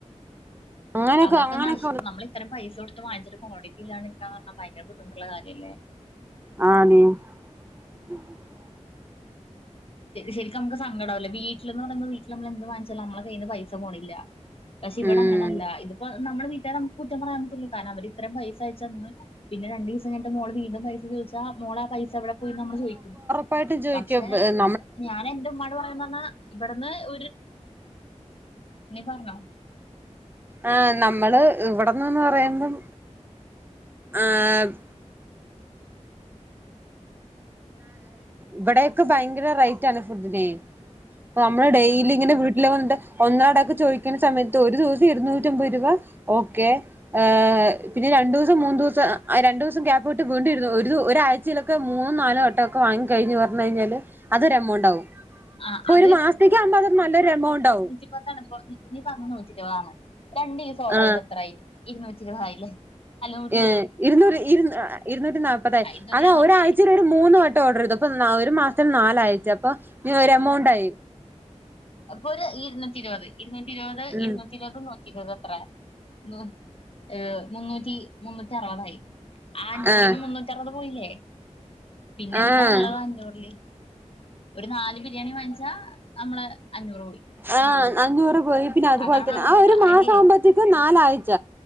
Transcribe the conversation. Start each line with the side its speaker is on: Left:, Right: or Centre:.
Right: അങ്ങനെയൊക്കെ
Left: അതൊക്കെ
Right: അങ്ങനെയൊക്കെ
Left: നഷ് നമ്മള് ഇത്രേം പൈസ കൊടുത്ത് വാങ്ങിചിട്ട് കോണ്ടിറ്റി ഇല്ലാതിരുന്നാ ഭയങ്കര ബുദ്ധിമുട്ടുള്ള കാര്യയല്ലേ
Right: ആന് <unintelligible>
Left: ശരിക്കും നമുക്ക് സങ്കടാവുലെ വീട്ടിൽന്ന് പറയുമ്പ വീട്ടില് നമ്മള് എന്ത് വാങ്ങിച്ചാലും നമ്മളെ കയ്യിന്ന് പൈസ പോണില്ല പക്ഷെ ഇവിടെ
Right: ഉം
Left: അങ്ങനെയല്ല, ഇതിപ്പോ നമ്മുടെ വീട്ടാരെ നമ്മക്കും കുറ്റം പറയാൻ പാടില്ല കാരണം അവര് ഇത്രയും പൈസ അയച്ച് തന്ന് പിന്നെ രണ്ടു ദിവസം കഴിഞ്ഞിട്ട് മോള് വീണ്ടും പൈസ ചോദിച്ചാ മോളെ ആ പൈസ എവിടെ പോയിന്ന് നമ്മള് ചോദിക്കും
Right: ഉറപ്പായിട്ടും ചോയ്ക്കും
Left: പക്ഷെ
Right: എ -
Left: ഞാൻ എന്റെ ഉമ്മാട് പറയും എന്നന്നാ ഇവിടുന്ന് ഒരു നീ പറഞ്ഞോ-
Right: ആഹ് നമ്മള് ഇവിടന്ന്ന്ന് പറയുമ്പം ആഹ് - ഇവിടെയൊക്കെ ഭയങ്കര റേറ്റ് ആണ് ഫുഡിനെ നമ്മള് ഡെയിലി ഇങ്ങനെ വി- ല്ലോണ്ട് ഒന്നരാടക്കെ ചോദിക്കുന്ന സമയത്ത് ഒരു ദിവസം ഇരുന്നൂറ്റി അമ്പത് രൂപ ഓക്കെ ആഹ് പിന്നെ രണ്ടു ദിവസം മൂന്നുദിവസം ആ രണ്ട് ദിവസം ഗ്യാപ്പ്ട്ട് വീണ്ടും ഇരുന്നു ഒരു ഒരാഴ്ചയിലൊക്കെ മൂന്ന്- മൂന്ന് നാല് വട്ടൊക്കെ വാങ്ങി കഴിഞ് പറഞ് കഴിഞ്ഞാല്- അതൊരു എമൗണ്ടാവും,
Left: ആ
Right: ഇപ്പൊ
Left: അത്
Right: ഒരു മാസത്തേക്ക് ആകുമ്പോ അത് നല്ലൊരു എമൗണ്ടാവും
Left: ഇപ്പതന്നപ്പോ നീ പറഞ്ഞെ നൂറ്റിരുപത് ആണോ രണ്ടു ദിവസം ഓർഡർ
Right: ആ
Left: ചെയ്ത എത്രായി ഇരുന്നൂറ്റി ഇരുപത് ആയിലെ അപ്പൊ - അല്ല നൂറ്റി
Right: ഉം ഇരുന്നൂറ് ഇരു ഇരുന്നൂറ്റി നാല്പതായി
Left: ആ ഇരുന്നൂറ്റി
Right: അതാ
Left: നാല്പതായി
Right: ഒരാഴ്ച- മൂന്നുവെട്ടം ഓർഡർ ചെയ്തു അപ്പൊ ഒരു മാസം നാലാഴ്‌ച്ച അപ്പൊ ഒരു എമൗണ്ട് ആയി
Left: അപ്പൊ ഒരു ഇരുന്നൂറ്റി ഇരുപത് ഇരുന്നൂറ്റി ഇരുപത്
Right: ഉം
Left: ഇരുന്നൂറ്റി- ഇരുവതും നൂറ്റിരുപതും എത്ര നൂഏഹ് മുന്നൂറ്റി മുന്നൂറ്റി അറുപതായി. ആ അഞ്ഞൂറിന്ന്
Right: ആഹ്
Left: മുന്നൂറ്ററുത് പോയില്ലേ പിന്നെ
Right: ആഹ്
Left: എന്താ ഒള്ളത് അഞ്ഞൂറില്? ഒരു നാല് ബിരിയാണി വാങ്ങിച്ചാ നമ്മളെ അഞ്ഞൂറ് പോയി.
Right: ആഹ് അഞ്ഞൂറ് പോയി പിന്നെ അതുപോലെ
Left: അതാണ്
Right: തന്നെ
Left: അവസ്ഥ
Right: ആ ഒരു മാസം
Left: എടിയേ
Right: ആവുമ്പോത്തേക്കും നാലാഴ്ച്ച.